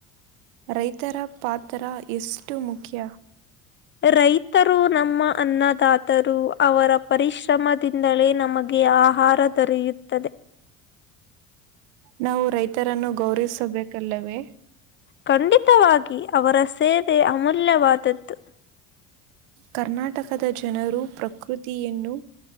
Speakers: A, on the right; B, on the left.
A: ರೈತರ ಪಾತ್ರ ಎಷ್ಟು ಮುಖ್ಯ
B: ರೈತರು ನಮ್ಮ ಅನ್ನದಾತರು ಅವರ ಪರಿಶ್ರಮದಿಂದಲೇ ನಮಗೆ ಆಹಾರ ದೊರೆಯುತ್ತದೆ
A: ನಾವು ರೈತರನ್ನು ಗೌರವಿಸಬೇಕಲ್ಲವೇ
B: ಖಂಡಿತವಾಗಿ ಅವರ ಸೇವೆ ಅಮೂಲ್ಯವಾದದ್ದು
A: ಕರ್ನಾಟಕದ ಜನರು ಪ್ರಕೃತಿಯನ್ನು